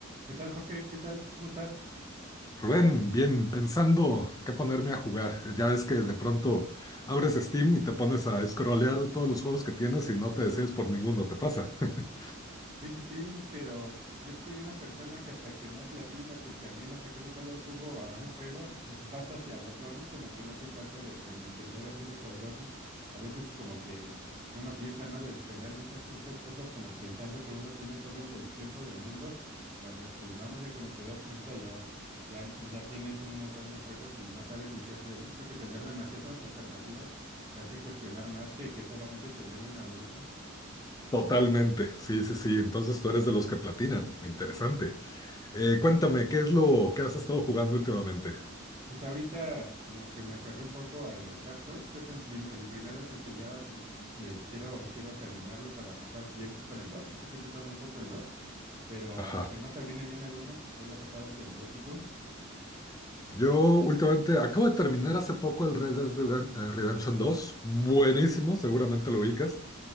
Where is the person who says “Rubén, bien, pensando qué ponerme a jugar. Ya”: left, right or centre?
Left